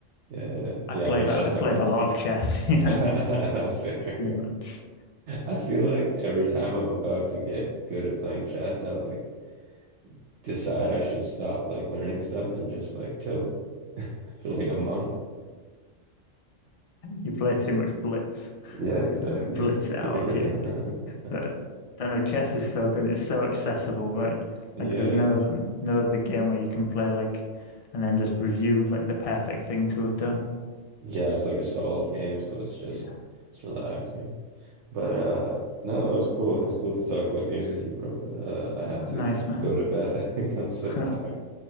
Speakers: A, on the right; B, on the left.
A: Yeah.
B: I
A: Yeah,
B: played,
A: I'm on chess.com
B: I played a
A: too.
B: lot of chess,
A: <laughs>
B: <laughs> you know,
A: Fair.
B: too much.
A: I feel like every time I'm about to get good at playing chess, I like decide I should stop like learning stuff and just like till <laughs> for like a month.
B: You play too much blitz, <laughs>
A: Yeah,
B: It
A: exactly.
B: blitz it out
A: <laughs>
B: of you. But I don't know, chess is so good and it's so accessible, right?
A: Yeah.
B: Like there's no no other game where you can play like and then just review like the perfect thing to have done.
A: Yeah, it's like a solid game, so it's just
B: Yeah.
A: it's relaxing. But uh no, that was cool. It's cool to talk about games with you, bro. But uh I have
B: Oh,
A: to
B: nice man.
A: go to bed. <laughs> I think I'm so
B: <laughs>
A: tired.